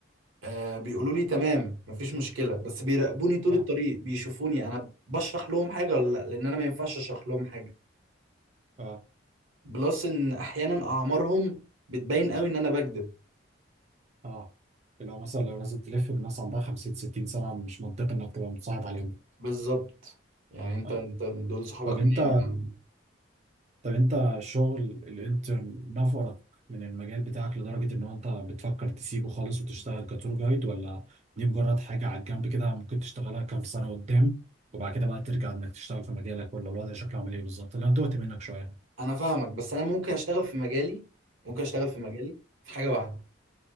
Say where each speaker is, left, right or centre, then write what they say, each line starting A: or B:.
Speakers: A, on the right; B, on the right.
A: آه بيقولوا لي تمام مفيش مشكلة بس بيراقبوني طول
B: اه
A: الطريق بيشوفوني أنا بشرح لهم حاجة ولا لأ لأن أنا ما ينفعش أشرح لهم حاجة
B: اه
A: بلس إن أحيانا أعمارهم بتبين قوي إن أنا بكذب
B: اه اللي هو مثلا لو نازل تلف بناس عندها 50 60 سنه مش منطقي انك تبقى متصاحب عليهم
A: بالظبط يعني أنت
B: اه
A: أنت دول صحابك
B: طب انت
A: منين يعني
B: طب انت الشغل الانترن نفرك من المجال بتاعك لدرجه ان هو انت بتفكر تسيبه خالص وتشتغل كتور جايد ولا دي مجرد حاجه على الجنب كده ممكن تشتغلها كام سنه قدام وبعد كده بقى ترجع انك تشتغل في مجالك ولا الوضع شكله عامل ايه بالظبط؟ اللي هتوهت منك شويه
A: أنا فاهمك بس أنا ممكن أشتغل في مجالي ممكن أشتغل في مجالي في حاجة واحدة